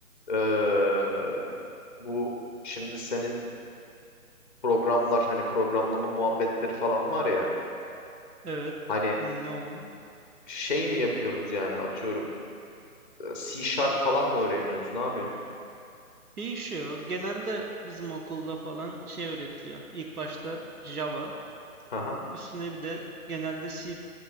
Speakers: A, on the left (about 35°); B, on the right (about 80°).
A: eee, bu şimdi senin programlar hani programlama muhabbetleri falan var ya.
B: Evet.
A: Hani
B: Ne oldu?
A: şey mi yapıyorsunuz yani atıyorum e, C Sharp falan mı öğreniyorsunuz? Ne yapıyorsunuz?
B: Değişiyor. Genelde bizim okulda falan şey öğretiliyor. İlk başta Java,
A: Ha ha.
B: üstüne bir de genelde C++